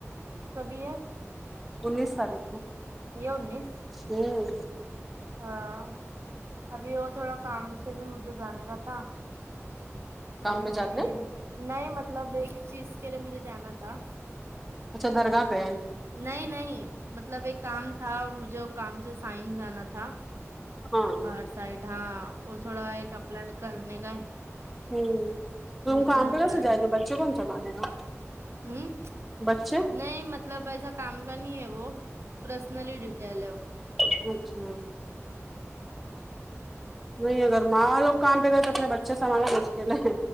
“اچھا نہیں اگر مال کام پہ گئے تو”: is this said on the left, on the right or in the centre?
Centre